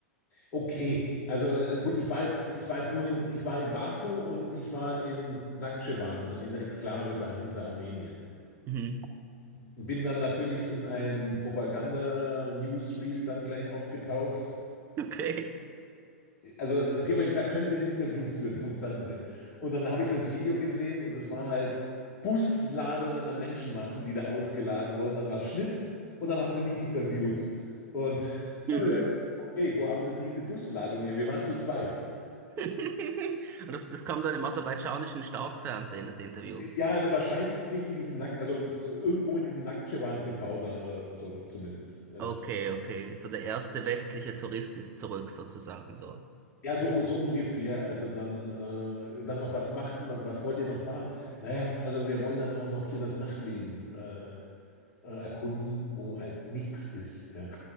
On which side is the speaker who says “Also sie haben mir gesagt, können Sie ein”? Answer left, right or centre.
Left